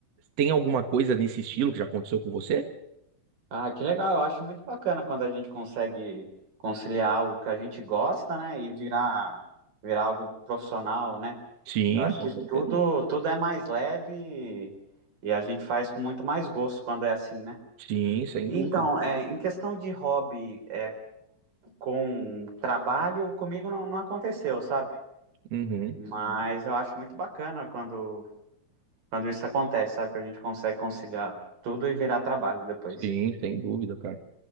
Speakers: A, on the right (about 55°); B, on the right (about 80°).
A: tem alguma coisa nesse estilo que já aconteceu com você?
B: Ah, que legal. Eu acho muito bacana quando a gente consegue conciliar algo que a gente gosta, né, e virar virar algo profissional, né?
A: Sim,
B: Eu acho
A: com
B: que
A: certeza.
B: tudo tudo é mais leve e, e a gente faz com muito mais gosto quando é assim, né?
A: Sim, sem
B: Então,
A: dúvida.
B: é, em questão de hobby é, com trabalho, comigo não, não aconteceu, sabe?
A: Uhum.
B: Mas eu acho muito bacana quando quando isso acontece, sabe? Que a gente consegue conciliar tudo e virar trabalho depois.
A: Sim, sem dúvida, cara.